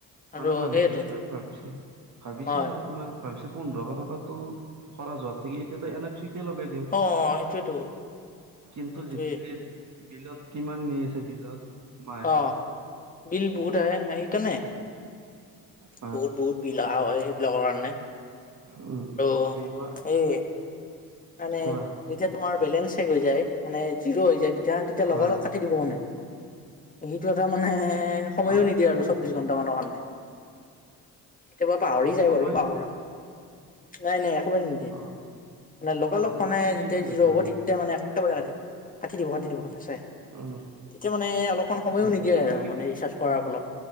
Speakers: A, on the left; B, on the right.
A: আৰু
B: মানে মানুহ
A: সেইয়েতো
B: বিলাকে ভাবছে, ভাবিছে
A: হয়
B: আৰু তোমাৰ ভাবিছে, পোন্ধৰ শ টকাতটো খৰচ হোৱা থাকি, এতিয়াতো এন ফ্ৰিতে লগাই দিওঁ
A: অ সেইটোয়েতো
B: কিন্তু
A: সেইটোয়ে
B: সেইবুলিয়েই বিলত কিমান নি আছে, বিলত? মাহে
A: অ,
B: মাহে
A: বিল বহুত আহে, আহি কাণে
B: হয়
A: বহুত-বহুত
B: হয়
A: বিল আহা হয় সেইবিলাকৰ কাৰণে।
B: উম।
A: ক?
B: দুইমাহ
A: এই মানে
B: কোৱা
A: যেতিয়া তোমাৰ বেলেঞ্চ শেষ হৈ যায় মানে জিৰো হৈ যায়, তেতিয়া, তেতিয়া লগা-লগ
B: হয়
A: কাটি দিব মানে। সেইটো এটা মানে সময়ো
B: অ
A: নিদিয়ে আৰু চৌবিশ ঘণ্টা মানৰ কাৰণে। কেতিয়াবা পাহৰি যায়
B: সময়
A: বাৰু! পাহৰা, নাই, নাই একেবাৰে নিদিয়ে।
B: অ
A: মানে লগা-লগ
B: অ
A: মানে
B: কি দিয়ে
A: যেতিয়া
B: সিহঁতে
A: জিৰো হ'ব, তেতিয়াই মানে একেবাৰে কাটি দিব। কাটি দিব, কাটি দিব, নেচাই।
B: উম
A: তেতিয়া মানে অলপমান সময়ো
B: উম
A: নিদিয়ে
B: এইটো
A: আৰু
B: কি
A: মানে ৰিচাৰ্জ কৰাৰ ফলত।